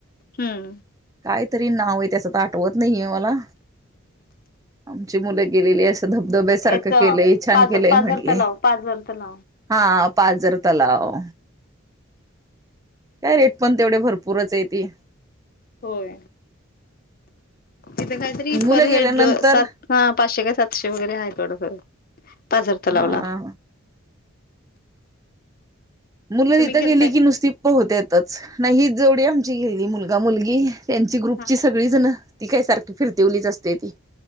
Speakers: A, on the left (about 45°); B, on the right (about 15°).
A: हम्म
B: काय तरी नाव आहे त्याचं तर आठवत नाहीे मला आमची मुलं गेलेली असं धबधब्यासारखं
A: याच
B: केलंय छान
A: पाज
B: केलंय
A: पाझर
B: म्हटलंय
A: तलाव पाझर तलाव.
B: हा पाजर तलाव काय रेट पण तेवढे भरपूरच आहे ती
A: होय तिथे काहीतरी
B: मुलं
A: पर
B: गेल्यानंतर
A: हेड सात हा पाचशे का सातशे वगैरे आहे थोडस पाजारथ
B: हा
A: लावला
B: मुलं
A: तुम्ही
B: तिथं
A: गेलताय
B: गेली की नुसती पोहते येतच नाही ही जवढ आमची गेली मुलगा मुलगी त्यांची ग्रुपची
A: हा
B: सगळी जण ती काय सारखी फिरतेवलीच असते ती